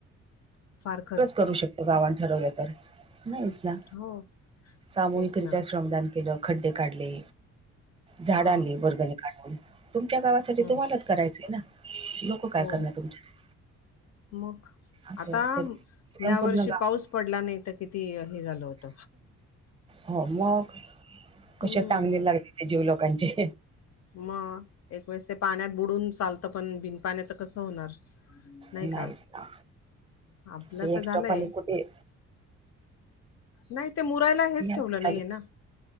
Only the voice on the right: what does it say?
करू शकतो गावां ठरवलं तर नाहीच ना
सामूहिकरित्या
श्रमदान केलं खड्डे काढले झाड
आणली वर्गणी. काढून तुमच्या गावासाठी
तुम्हालाच करायचंय ना काय
करणार तुमच्या
असं
ते स्वयंपूर्ण
गाव
हो मग कश
टांगले. जीव लोकांचे.
नाहीच
ना
ते
एक्स्ट्रा
पाणी कुठे
नाही,
अजून